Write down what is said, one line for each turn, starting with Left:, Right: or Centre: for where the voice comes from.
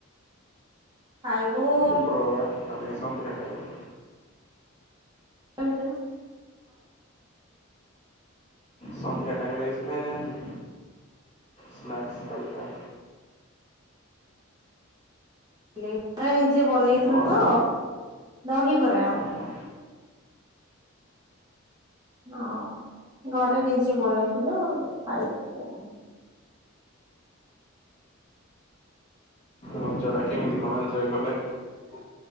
Right: ଖାଇବୁ ଉ।
Left: ଉପରବେଳା ମାନେ ସନ୍ଧ୍ୟା ଟାଇମ୍ ରେ।
Right: ତା ଭିତର।
Left: ସନ୍ଧ୍ୟା ଟାଇମ୍ ରେ କିଛି ଖାଇନାହାନ୍ତି ସ୍ନାସ ହରିକା।
Right: ଲେପା ନିଜେ ବନେଇଥିଲୁ
Left: କଣ?
Right: ତ ଦହି ବରା।
Left: ଓହୋ
Right: ହଁ ଘରେ ନିଜେ ବନେଇଥିଲୁ ଖାଇଥିଲୁ।
Left: ରଜଟା କେମିତି କଣ ଏଞ୍ଜୟ କଲେ?
Right: ହ